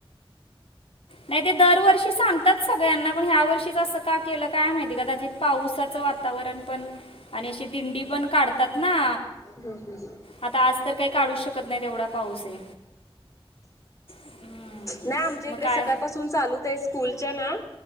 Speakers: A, on the left; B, on the left.
A: नाही, ते दरवर्षी सांग तात सगळ्यांना. पण ह्या वर्षीच असं का केलं काय माहिती कदाचित पावसाचं वातावरण पण आणि अशी दिंडी पण काढतात ना.
B: हम्म, हम्म, हम्म.
A: आता आज तर काही काढू शकत नाही, एवढा पाऊस आहे हम्म.
B: नाही, आमच्या इकडे
A: मग काय
B: सकाळ पासून चालूच आहे. स्कूलच्या ना